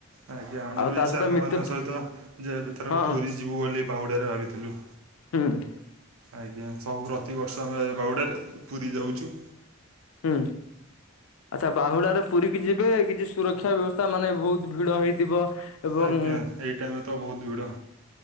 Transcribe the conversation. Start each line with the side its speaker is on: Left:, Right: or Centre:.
Right: ଆଜ୍ଞା ଆମେ
Left: ଆଉ
Right: ବି
Left: ତା
Right: ଏଇ
Left: ସହିତ
Right: ସାଙ୍ଗମାନଙ୍କ
Left: ମିତ୍ର
Right: ସହିତ ଯେ ଏଥର
Left: ହଁ
Right: ପୁରୀ ଯିବୁ ବୋଲି ବାହୁଡ଼ରେ ଭାବିଥିଲୁ।
Left: ହୁଁ।
Right: ଆଜ୍ଞା, ସବୁ ପ୍ରତିବର୍ଷ ଆମେ ବାଉଡ଼ାରେ ପୁରୀ ଯାଉଚୁ।
Left: ହୁଁ, ଆଚ୍ଛା ବାହୁଡାରେ ପୁରୀ କିି ଯିବେ କିଛି ସୁରକ୍ଷା ବ୍ୟବସ୍ଥା ମାନେ ଭଉତ୍ ଭିଡ ହେଇଥିବ ଏବଂ
Right: ଆଜ୍ଞା ଏଇ ଟାଇମରେ ତ ବହୁତ୍ ଭିଡ଼।